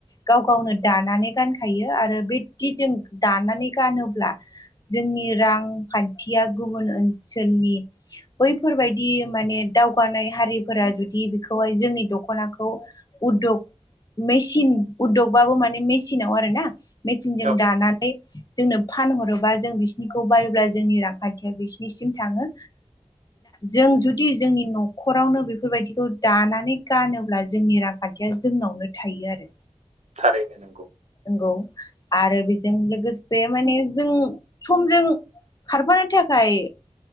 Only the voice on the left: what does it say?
गाव गावनो दानानै गानखायो आरो बिदि जों दानानै गानो जोंनि रांखान्थिया गुबुन ओनसोलनि बैफोरबायदि माने दावगानाय हारिफोरा जुदि बेखौहाय जोंनि दख'नाखौ उदग मेसिन उदगबाबो माने मेसिनाव आरो ना। मेचिनजों
दानानै जोंनो फानहरोबा जों बिसिनिखौ बायोब्ला जोंनि रांखान्थिया बिसिनिसिम थाङो। जों जुदि जोंनि न'खरावनो बेफोरबायदिखौ दानानै गानोब्ला जोंनि रांखान्थिया जोंनावनो थायो आरो।
नंगौ आरो बि जों लोगोसे माने जों समजों खारफानो थाखाय